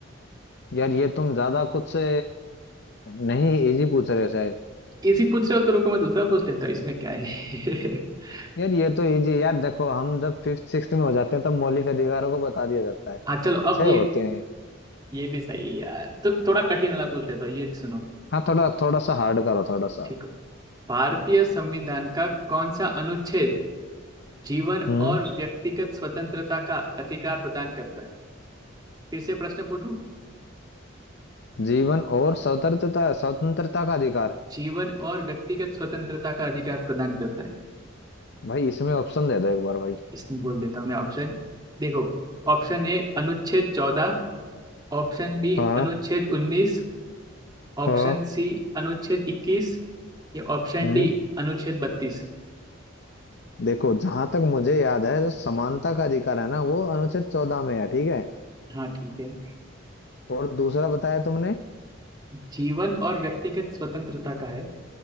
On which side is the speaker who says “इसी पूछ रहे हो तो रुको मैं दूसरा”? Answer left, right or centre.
Right